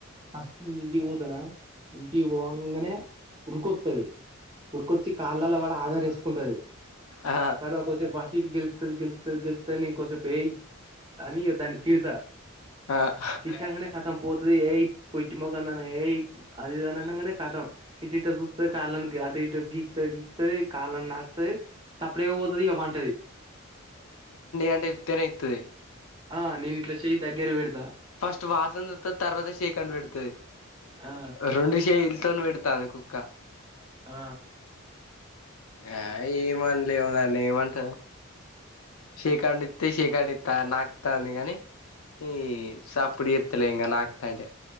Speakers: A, on the right (about 25°); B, on the left (about 75°).
A: ఫస్ట్ నేనింటికి పోతనా ఇంటికి పోవంగనే ఉరుకొత్తది. ఉరుకొచ్చి కాళ్ళల్లో పడి ఆధరేసుకుంటది.
B: ఆ
A: కదా కోస్సేపు అటు ఇటు గెల్క్తది. గెల్క్తది. గెల్క్తది. నేన్ కోస్సేపై అని ఇగదాన్ని తిడ్. తా
B: ఆ
A: తిట్నంకనే కతం పోతది ఏయ్ పోట్టి మోగందాన ఏయ్ అదిఇదనంగనే కథం ఇటిటా గోక్తద్ కాల్లని అటు ఇటు గిక్ తది గీక్తది కాళ్ళని నాక్తది చప్పుడ్ చేయక పోతది ఇక పంటది.
B: అంట ఉత్తన ఇత్తది
A: ఆ నేను ఇట్లా శష దగ్గిరు వెేడ
B: ఫస్ట్ వాసన ఉత్తది తర్వాత చేకం పెడతుది
A: ఆ
B: రెండు చేలతో పెడతాను కుక్క
A: ఆ
B: ఆ ఏమనలేవున్నాన్న ఏమంటారు శకాండితేతి శకాండి నాకుతంది కాని ఈ సప్పుడు ఎత్తలే ఇంకా నాకుతంటే